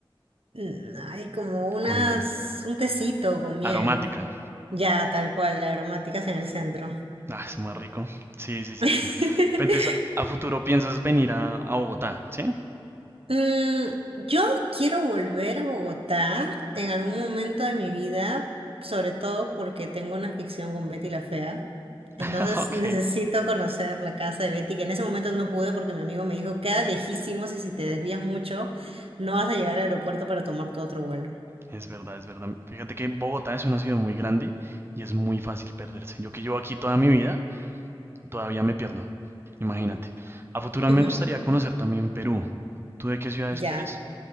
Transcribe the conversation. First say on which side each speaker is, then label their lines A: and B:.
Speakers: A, on the right; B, on the right.
A: Mm, Ay, como unas,
B: con miel.
A: un tecito con miel.
B: Aromática.
A: Ya, tal cual, la aromáticas en el centro.
B: Ah, es muy rico. Sí, sí, sí,
A: <laughs>
B: sí. Pero Entonces, a futuro piensas venir a, a Bogotá, ¿sí?
A: Mm, yo quiero volver a Bogotá en algún momento de mi vida, sobre todo porque tengo una ficción con Betty la Fea. Entonces
B: <laughs> Ok.
A: <laughs> necesito conocer la casa de Betty, que en ese momento no pude porque mi amigo me dijo, queda lejísimos y si te desvías mucho, no vas a llegar al aeropuerto para tomar tu otro vuelo.
B: Es verdad, es verdad. Fíjate que Bogotá es una ciudad muy grande y es muy fácil perderse. Yo que llevo aquí toda mi vida, todavía me pierdo. Imagínate. A futuro me
A: Ujú,
B: gustaría conocer también Perú. ¿Tú de qué ciudades
A: Ya.
B: que eres?